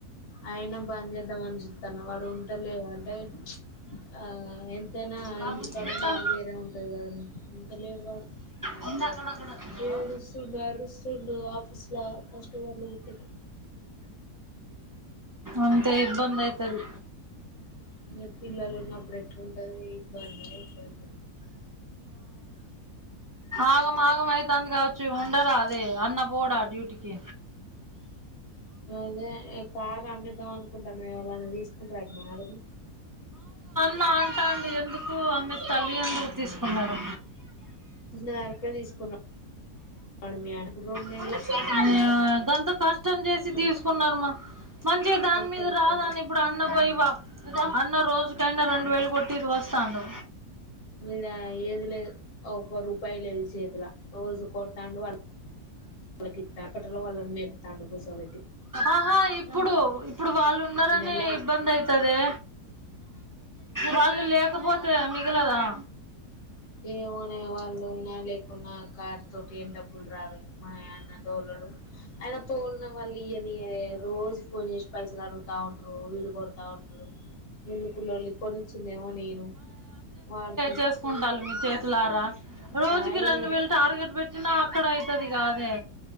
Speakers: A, on the left (about 50°); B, on the right (about 30°).
A: అయినా బంద్ చేద్దామని చూత్తానా వాడు ఉంటలేవు అంటే ఆ ఎంతైనా
B: బాబు
A: ఇంటి కాడున్నది
B: మొత్తం
A: వేరే ఉంటది కదని ఉంటలేడు వాడు
B: నిండా అక్కడక్కడ తిన్నారు
A: ఏడుస్తుండు అరుస్తుండు ఆఫీస్ ల కస్టమర్లు కూర్చుంటే
B: అంతే ఇబ్బంది ఐతది
A: <inaudible> పిల్లలున్నప్పుడు ఎట్లుంటది ఇబ్బందైతది
B: ఆగం ఆగం అయితాంది కావచ్చి ఉండరాదే అన్న పోడా డ్యూటికి
A: అదే ఈ కారు అమ్మేద్దాం అనుకుంటానాం ఎవళన్నా తీసుకుంటారటమే అడుగు
B: <inaudible> ఎందుకు అమె తల్లి ఎందుకు తీసుకున్నారు
A: తిన్నదరక్క తీసుకున్న <inaudible> మీ ఆయన రెండు నెల్
B: <inaudible> దంతా కష్టం చేసి
A: ఒక్క
B: తీసుకున్నారు మా మంచిగా దాని
A: ఒక్క
B: మీద
A: రూపాయి
B: రాదాని
A: లేదు
B: ఇప్పుడు అన్న పోయ బ అన్న రోజు టన్న రెండు వేలు కొట్టిర్రు వస్తాండు
A: ఈడ ఏది లేదు ఒక రూపాయి లేదు చేతిల రోజూ కొడతాండు వాళ్ళ వాళ్ళకిత్తా పెట్రోల్ వాళ్ళను మేపుతాండు కూసోబెట్టి
B: ఆహా ఇప్పుడు ఇప్పుడు వాళ్ళు ఉన్నారని
A: నెలై
B: ఇబ్బందై తదే వాళ్ళు లేకపోతే మిగలదా
A: ఏవోనే వాళ్ళున్నా లేకున్నా కార్ తోటి ఏం డబ్బులు రావే మా ఆ యన్న తోలడు అయినా తోలిన వాళ్ళు ఇయ్యనియ్యరే రోజు ఫోన్ చేసి పైసలు అడుగుతా ఉంటారు <inaudible> కొడతా ఉంటారు ముందుకుల్లోళ్ళి కొనిచ్చిందేమో నేను వాడు
B: చేసుకుంటాళ్ళు మీ చేతులార రోజుకి
A: ఆయనే
B: రెండు వేలు టార్గెట్ పెట్ చినా అక్కడ ఇయితది కాదు దే